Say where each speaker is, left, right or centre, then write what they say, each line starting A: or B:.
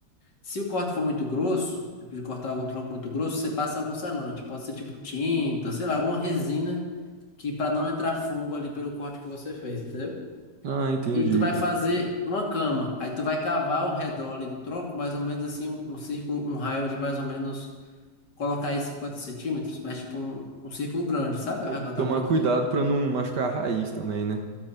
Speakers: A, on the left; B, on the right.
A: Se o corte for muito grosso, tipo de cortar algum tronco muito grosso, você passa algum selante. Pode ser tipo tinta, sei lá, alguma resina que para não entrar fungo ali pelo corte que você fez, entendeu?
B: Ah, entendi,
A: E tu vai
B: cara.
A: fazer uma cama. Aí tu vai cavar ao redor ali do tronco, mais ou menos assim, um, um círculo, um raio de mais ou menos, colocar aí 50 centímetros, mas tipo um, um círculo grande, sabe?
B: É,
A: Ao redor da
B: Tomar
A: planta
B: cuidado
A: ali.
B: pra não machucar a raiz também, né?